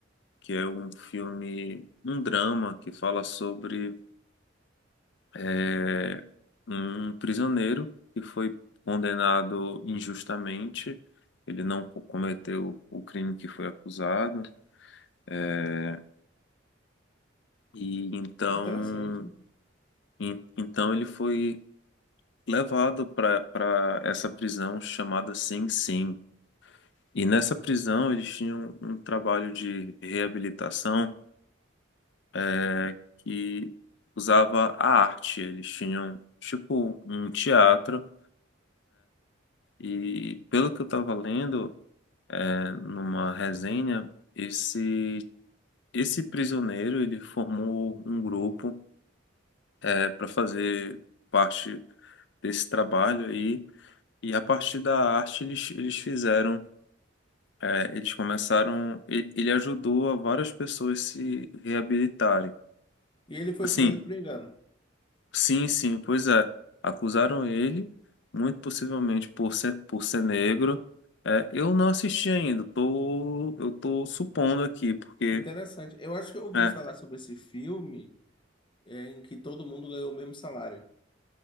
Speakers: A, on the left; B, on the left.
A: que é um filme, um drama que fala sobre é, um prisioneiro que foi condenado injustamente. Ele não co- cometeu o crime que foi acusado. é, e então,
B: Interessante.
A: em- então ele foi levado para para essa prisão chamada Sing Sing. E nessa prisão eles tinham um trabalho de reabilitação é, que usava a arte. Eles tinham tipo um teatro. E pelo que eu estava lendo, numa resenha, esse esse prisioneiro, ele formou um grupo é, para fazer parte desse trabalho aí, e a partir da arte eles, eles fizeram, é, eles começaram, e- ele ajudou a várias pessoas se reabilitarem.
B: E ele foi
A: Assim,
B: preso por engano.
A: sim, sim, pois é, acusaram ele, muito possivelmente por ser, por ser negro. É, eu não assisti ainda, tô, eu tô supondo aqui, porque...
B: Interessante. Eu acho que eu ouvi
A: é,
B: falar sobre esse filme é, em que todo mundo ganhou o mesmo salário.